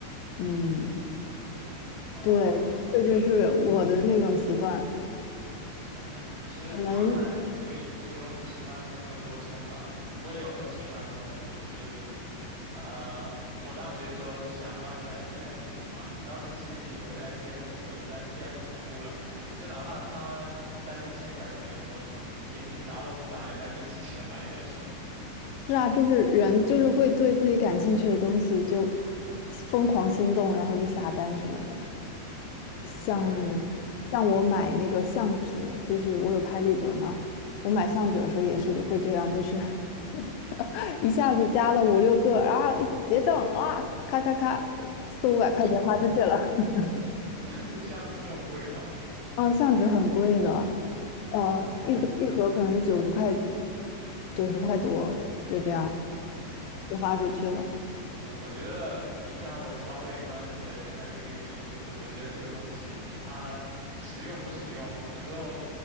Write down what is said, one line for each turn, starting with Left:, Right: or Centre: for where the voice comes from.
Left: 嗯，
Right: 啊，
Left: 对，这就是我的那种习惯。
Right: 嗯，其实主要看你对这个东西喜欢程度有多深吧。
Left: 可能
Right: 我也有很喜欢那种，就是，呃，我大学的时候想要一台 PS 五嘛，当时其实已经有一台 PS 四了，但是 PS 五出了，就哪怕它三四千块钱，我眼睛眨都不眨一下就直接买下去。
Left: 是啊，就是人就是会对自己感兴趣的东西就疯狂心动，然后就下单什么的。像
Right: 对，
Left: 像我买那个相纸，就是我有拍立得嘛，我买相纸的时候也是就会这样，就是 <laughs> 一下子加了五六个，然后一结账啊，咔咔咔，四五百块钱花出去了。<laughs>
Right: <laughs> 这个巷子这么贵吗？
Left: 嗯，相纸很贵的，呃，
Right: 嗯
Left: 一盒一盒可能九十块，九十块多，就这样
Right: 嗯，
Left: 就花出去了。
Right: 对，我觉得影响我消费观的还有一个原因就是，我觉得这个东西它实用不实用，有时候，